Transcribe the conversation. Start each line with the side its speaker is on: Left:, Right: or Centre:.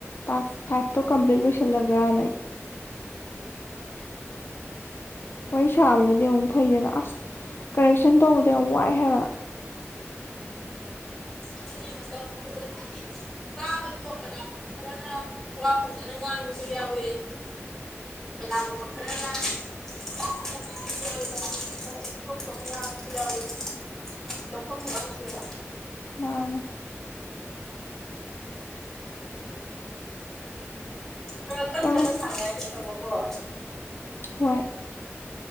Left: ꯇꯥꯛꯁ ꯐꯥꯏꯚꯇꯣ ꯀꯝꯄ꯭ꯂꯤꯠ ꯂꯣꯏꯁꯜꯂꯒ ꯅ ꯋꯥꯔꯤ ꯁꯥꯕꯅꯗꯤ ꯑꯃꯨꯛ ꯐꯩꯗꯅ ꯑꯁ ꯀꯔꯦꯛꯁꯟ ꯇꯧꯕꯗꯣ ꯌꯥꯝ ꯋꯥꯏ ꯍꯥꯏꯕ
Centre: ꯑꯁ ꯑꯗꯨꯅꯦ ꯃꯇꯝ ꯐꯖꯅ ꯍꯥꯏꯗꯤ ꯇꯥꯕꯗꯣ ꯀꯅꯥꯒꯨꯝꯕ ꯈꯔꯅ ꯋꯥ ꯐꯖꯅ ꯉꯥꯡꯕꯁꯨ ꯌꯥꯎꯋꯤ ꯀꯅꯥꯒꯨꯝꯕ ꯈꯔꯅ ꯇꯞꯅ ꯉꯥꯡꯕꯁꯨ ꯌꯥꯎꯋꯤ ꯀꯅꯥꯒꯨꯝꯕ ꯈꯔ ꯊꯣꯛꯣꯛꯄ ꯑꯃ ꯉꯥꯡꯕꯁꯨ ꯌꯥꯎꯋꯤ ꯂꯧꯐꯝ ꯈꯪꯗꯦꯕ
Left: ꯃꯥꯅꯦ
Centre: ꯈꯔ
Left: ꯈꯤꯇꯪ
Centre: ꯀꯟ ꯀꯟꯅ ꯁꯥꯅꯥꯔꯗꯤ ꯐꯕ ꯑꯣ
Left: ꯍꯣꯏ